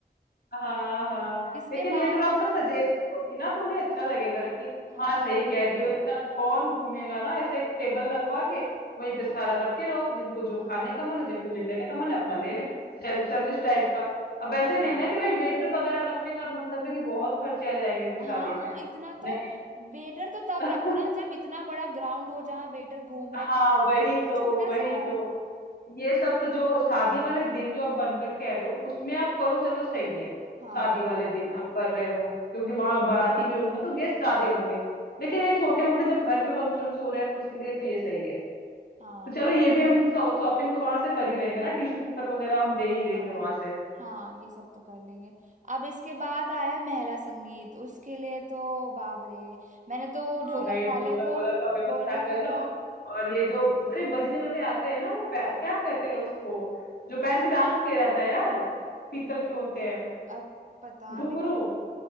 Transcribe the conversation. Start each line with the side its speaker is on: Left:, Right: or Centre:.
Left: हाँ हाँ
Right: इसके
Left: लेकिन
Right: बाद
Left: ये थोड़ा अपना सजेशन होगी ना तो उन्हें अच्छा लगेगा कि
Right: हाँ
Left: हाँ सही कह रही हो इतना कौन घूमेगा ना ऐसे एक टेबल लगवा के वहीं पे सारा रखे रहो जिनको जो
Right: हाँ
Left: खाने का मन है जिनको जो लेने का मन है अपना ले ले
Right: हम्म,
Left: सेल्फ सर्विस टाइप का अब ऐसे
Right: वही
Left: नहीं ना कि भाई वेटर वगैरह रखने का मतलब है कि बहुत खर्चे आ जाएंगे फिर
Right: हाँ
Left: शादी में
Right: इतना तो
Left: नहीं
Right: वेटर तो तब
Left: <laughs>
Right: रखो ना जब इतना बड़ा ग्राउंड हो जहाँ वेटर घूम रहे
Left: हाँ
Right: खा रहे
Left: वही
Right: यहाँ तो
Left: तो
Right: छोटा
Left: वही
Right: सा है
Left: तो ये सब तो जो शादी वाले दिन जो आप बनकट कह रहे हो उसमें आप करो चलो सही है
Right: हाँ
Left: शादी वाले दिन आप कर रहे हो क्योंकि वहां बाराती भी होंगे तो गेस्ट ज्यादा होंगे लेकिन ये छोटे मोटे जब घर पे फंक्शन हो रहे हैं तो उसके लिए तो ये सही है
Right: हाँ
Left: तो चलो ये भी हम शॉपिंग तो वहां से कर ही रहेंगे ना टिश्यू पेपर वगैरह हम ले ही लेंगे
Right: हाँ
Left: वहां से
Right: हाँ ये सब तो कर लेंगे अब इसके बाद आया महिला संगीत उसके लिए तो बाप रे मैंने तो
Left: हाँ
Right: ढोलक
Left: भाई ढोलक
Right: वाले को
Left: वोलक का व्यवस्था
Right: बोल रखा
Left: कर लो
Right: था हाँ,
Left: और ये जो अरे बजने वाले आते हैं ना वो पै- क्या कहते हैं उसको जो पहन के डांस किया जाता है यार पीतल
Right: हम्म,
Left: के होते हैं
Right: अ- पता
Left: घुंघरू
Right: नहीं